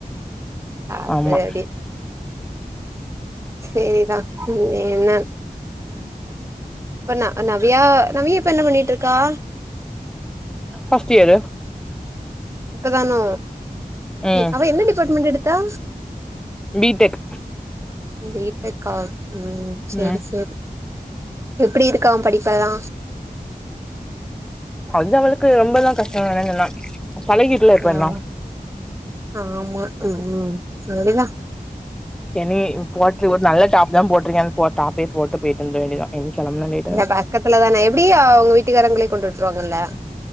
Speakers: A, on the right; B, in the centre.
A: அது
B: ஆமா
A: அப்டி சேர்தா இன் என்ன இப்ப ந நவ்யா நவ்யா இப்ப என்ன பண்ணிட்டுருக்கா
B: ஃபர்ஸ்ட் இயரு
A: இப்பதானோ
B: ம்
A: இ அவ என்ன டிபார்ட்மெண்ட் எடுத்தா
B: பிடெக்
A: பி டெக்கா ம் செரி
B: ம்
A: செரி எப்புடி இருக்கா அவ படிப்பெல்லா
B: அது அவளுக்கு ரொம்பலா கஷ்ட இல்லன்னுல்லா பழகிட்டுல இப்ப எல்லா
A: ஆ ஆமா ம் சேரிதா
B: என்னியே போட்லு ஒரு நல்ல டாப் தா போட்ருக்கே அது போ டாப்பே போட்டு போயிட்டு வந்துர வேண்டியதா இனி கெளம்பனா லேட்
A: இல்ல
B: ஆய்டு
A: பக்கத்துல தானே எப்டி அவங்க வீட்டுக்காரங்களே கொண்டு விட்ருவாங்கல்ல